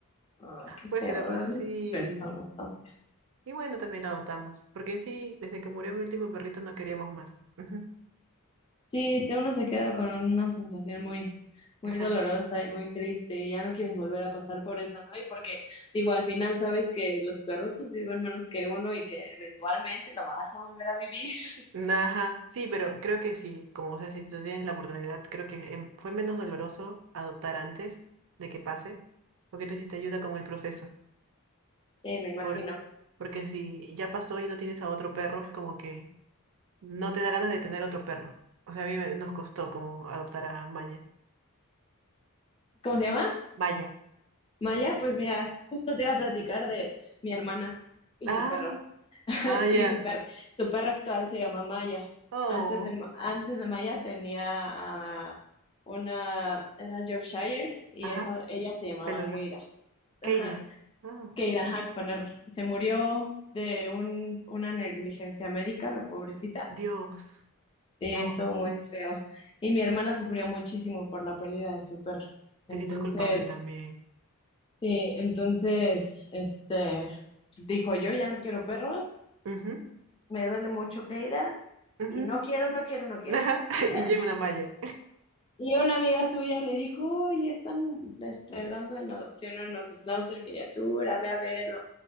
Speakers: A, on the left; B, on the right.
A: Ay, qué
B: ¿puedes
A: feo.
B: creerlo?
A: ¿eh?
B: Sí.
A: Personas tan feas.
B: Y bueno, también la adoptamos, porque en sí, desde que murió mi último perrito no queríamos más. Ujú,
A: Sí, te- uno se queda con una sensación muy, muy
B: Exacto.
A: dolorosa y muy triste y ya no quieres volver a pasar por eso, ¿no? Y porque, digo, al final sabes que los perros pues viven menos que uno y que eventualmente lo vas a volver a vivir. <laughs>
B: Ajá, sí, pero creo que sí, como o sea, si tú tienes la oportunidad, creo que em, fue menos doloroso adoptar antes de que pase, porque tú hiciste ayuda con el proceso.
A: Sí, me imagino.
B: Por, porque si ya pasó y no tienes a otro perro, es como que no te da ganas de tener otro perro. O sea, a mí me- nos costó como adoptar a Maya.
A: ¿Cómo se llama?
B: Maya.
A: Maya, pues mira, justo te iba a platicar de mi hermana y
B: Ah,
A: su perro. <laughs>
B: ah, ya.
A: Y su per- su perro actual se llama Maya.
B: Oh,
A: Antes de, Ma- antes de Maya tenía a una, era Yorkshire y
B: ajá,
A: esa, ella se llamaba
B: pelo largo.
A: Keira. Ajá.
B: Keila. Ah,
A: Keira, ajá, con R. Se murió de un- una negligencia médica, la pobrecita.
B: Dios.
A: Sí,
B: No,
A: estuvo muy feo. Y mi hermana sufrió muchísimo por la pérdida de su perro.
B: te
A: Entonces,
B: sientes culpable también.
A: sí, entonces, este, dijo yo ya no quiero perros,
B: Ujú,
A: me duele mucho Keira,
B: ujú.
A: y no quiero, no quiero, no quiero.
B: Ajá, <laughs>
A: Y ya,
B: y llega una malla.
A: Y una amiga suya le dijo, oye, están este, dando en adopción unos schnauzer miniatura, ve a verlo.